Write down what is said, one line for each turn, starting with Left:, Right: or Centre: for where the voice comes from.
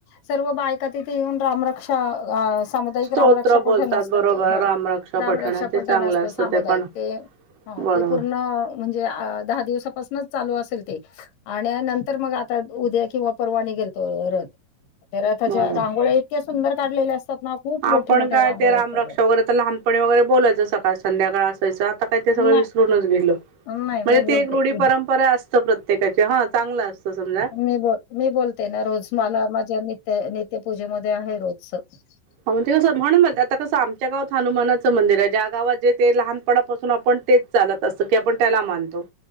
Left: सर्व बायका तिथे येऊन रामरक्षा सामुदायिक
Right: स्तोत्र
Left: राम रक्षा
Right: बोलतात
Left: पठण असतं
Right: बरोबर
Left: ते, ह
Right: रामरक्षा
Left: राम
Right: पठण
Left: रक्षा
Right: ते
Left: पठन
Right: चांगलं
Left: असतं सामुदायिक
Right: पण
Left: ते ह
Right: बरोबर
Left: ते पूर्ण म्हणजे दहा दिवसापासूनच चालू असेल ते आणि नंतर मग आता उद्या किंवा परवा निघेल तो रथ ते रथाच्या
Right: बरोबर
Left: रांगोळ्या इतक्या सुंदर काढलेल्या असतात ना खूप
Right: आपण
Left: मोठ्या मोठ्या
Right: काय
Left: रांगोळ्या
Right: ते राम
Left: असतात
Right: रक्षा वगैरे तर लहानपणी वगैरे बोलायचं सकाळ संध्याकाळ आता का सगळ
Left: नाही
Right: विसरूनच गेल म्हणजे
Left: नाही मी
Right: ते
Left: बोलते
Right: एक रुढी परंपरा असते. प्रत्येकाचे, हा चांगलं असतं समजा
Left: मी बोल मी बोलते ना रोज मला माझ्या नित्य नित्यपूजेमध्ये आहे रोजचच
Right: हा म्हणजे कसं म्हणून ब आता कसं आमच्या गावात हनुमानाचं मंदिर आहे ज्या गावात जे ते लहानपणापासून आपण तेच चालत असत की आपण त्याला मानतो